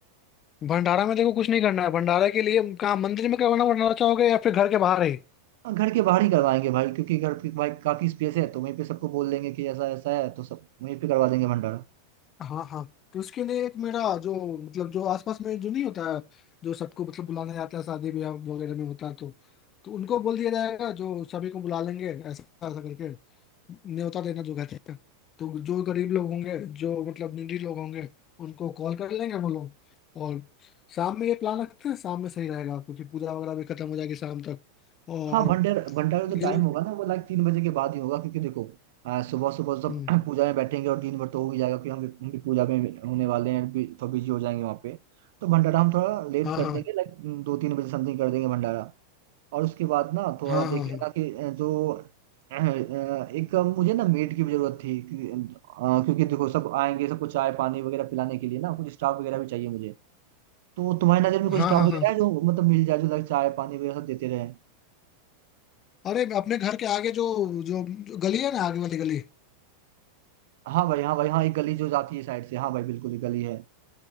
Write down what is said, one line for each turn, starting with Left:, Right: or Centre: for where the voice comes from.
Left: भंडारा में देखो कुछ नहीं करना है भंडारा के लिए कहाँ मंदिर में करवाना भंडारा चाहोगे या फिर घर के बाहर ही
Right: हाँ, घर के बाहर ही करवाएंगे भाई क्योंकि घर की भाई काफी स्पेस है तो वहीं पे सबको बोल देंगे कि ऐसा ऐसा है तो सब वहीं पे करवा देंगे भंडारा
Left: हाँ हाँ तो उसके लिए एक मेरा जो मतलब जो आसपास में जो नहीं होता है जो सबको मतलब बुलाने जाता है शादी ब्याह वगैरह में होता है तो तो उनको बोल दिया जाएगा जो सभी को बुला लेंगे ऐसा ऐसा करके न्योता देना जो कहते हैं तो जो गरीब लोग होंगे जो मतलब निडी लोग होंगे उनको कॉल कर लेंगे वो लोग और शाम में ये प्लान रखते हैं शाम में सही रहेगा क्योंकि पूजा वगैरह भी खत्म हो जाएगी शाम तक और
Right: हाँ भंडार भंडारा जो
Left: ये
Right: टाइम
Left: लोग
Right: होगा ना वो लाइक तीन बजे के बाद ही होगा क्योंकि देखो सुबह सुबह सब
Left: हम्म
Right: <clears throat> पूजा में बैठेंगे और दिन भर तो हो ही जाएगा क्योंकि हम भी, हम भी पूजा में होने वाले हैं बि- थोड़ा बिजी हो जाएंगे वहाँ पे तो भंडारा हम थोड़ा लेट
Left: हाँ
Right: कर
Left: हाँ
Right: देंगे लाइक दो तीन बजे समथिंग कर देंगे भंडारा और उसके बाद ना थोड़ा
Left: हाँ
Right: देख
Left: हाँ
Right: लेना
Left: हाँ
Right: कि अ, जो अ, अ, एक मुझे ना मेड की भी जरूरत थी क्योंकि अ, क्योंकि देखो सब आएंगे सबको चाय पानी वगैरह पिलाने के लिए ना कुछ स्टाफ वगैरह भी चाहिए मुझे तो तुम्हारी नजर में कोई
Left: हाँ
Right: स्टाफ
Left: हाँ
Right: वगैरह
Left: हाँ
Right: है जो मतलब मिल जाए जो लाइक चाय पानी वगैरह सब देते रहे
Left: अरे अपने घर के आगे जो जो, जो गली है ना आगे वाली गली
Right: हाँ भाई हाँ भाई हाँ एक गली जो जाती है साइड से हाँ भाई बिल्कुल एक गली है